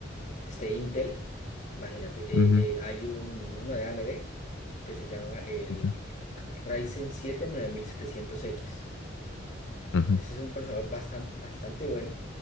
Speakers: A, on the left; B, on the left.
A: este Intel, imagínate, eh,
B: Ujú,
A: eh, hay un, uno de AMD que se llama el
B: ya.
A: Ryzen siete nueve mil setecientos x Ajá.
B: Ajá,
A: Ese es un procesador bastante, bastante bueno,